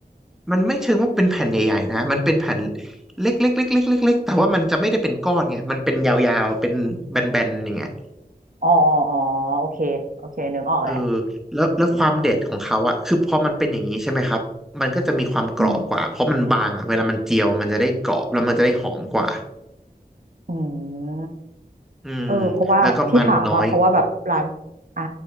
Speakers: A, in the centre; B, on the right (about 55°).
A: มันไม่เชิงว่าเป็นแผ่นใหญ่ๆนะมันเป็นแผ่นเล็กๆเล็กๆเล็กๆแต่ว่ามันจะไม่ได้เป็นก้อนไงมันเป็นยาวๆเป็นแบนๆอย่างเงี้ย
B: อ๋ออ๋ออ๋อโอเคโอเคนึกออกแหละ
A: เออแล้วแล้วความเด็ดของเขาอ่ะคือพอมันเป็นอย่างนี้ใช่ไหมครับมันก็จะมีความกรอบกว่าเพราะมันบางอะเวลามันเจียวมันจะได้กรอบแล้วมันจะได้หอมกว่า
B: อ่าอืมอืม
A: อืม
B: เออเพราะว่าที่ถามอ่ะเพราะว่าแบบร้าน
A: แล้วก็มันน้อย
B: อ่า